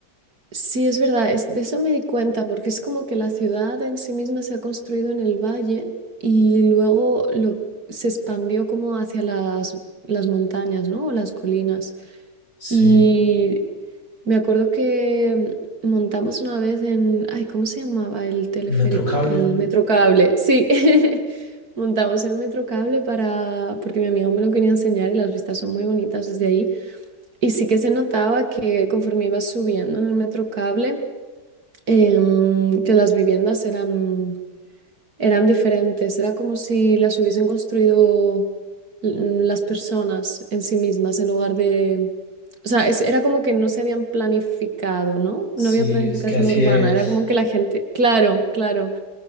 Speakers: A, on the right (about 60°); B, on the left (about 50°).
A: Sí, es verdad, es- de eso me di cuenta, porque es como que la ciudad en sí misma se ha construido en el valle y luego lo, se expandió como hacia las, las montañas, ¿no? O las colinas.
B: Sí,
A: Y me acuerdo que mm, montamos una vez en, ay, ¿cómo se llamaba el teleférico?
B: el metrocable.
A: El Metrocable, sí. <laughs> Montamos el Metrocable para, porque mi amigo me lo quería enseñar y las vistas son muy bonitas desde ahí. Y sí que se notaba que conforme iba subiendo en el metro cable, em, que las viviendas eran, eran diferentes. Era como si las hubiesen construido mm, las personas en sí mismas en lugar de... O sea, es- era como que no se habían planificado, ¿no?
B: Sí,
A: No había planificación
B: es que así
A: urbana.
B: es.
A: Era como que la gente... Claro, claro.